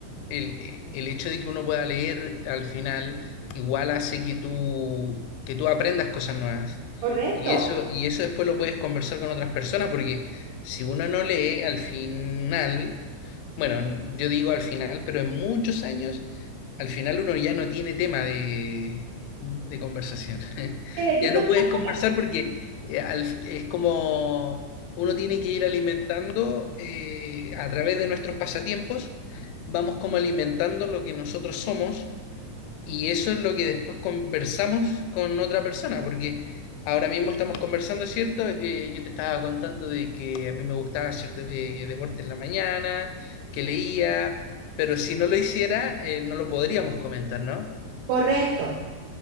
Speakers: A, on the left (about 85°); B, on the right (about 75°).
A: el, el hecho de que uno pueda leer al final igual hace que tú, que tú aprendas cosas nuevas.
B: correcto.
A: Y eso, y eso después lo puedes conversar con otras personas, porque si uno no lee al final, bueno, yo digo al final, pero en muchos años, al final uno ya no tiene tema de, de conversación. <laughs>
B: ¿De qué
A: Ya
B: podrías?
A: no puedes conversar porque eh, al- es como uno tiene que ir alimentando eh, a través de nuestros pasatiempos vamos como alimentando lo que nosotros somos y eso es lo que después conversamos con otra persona, porque ahora mismo estamos conversando, ¿cierto? Eh, yo te estaba contando de que a mí me gustaba hacer de- eh, deporte en la mañana, que leía, pero si no lo hiciera, eh, no lo podríamos comentar, ¿no?
B: Correcto.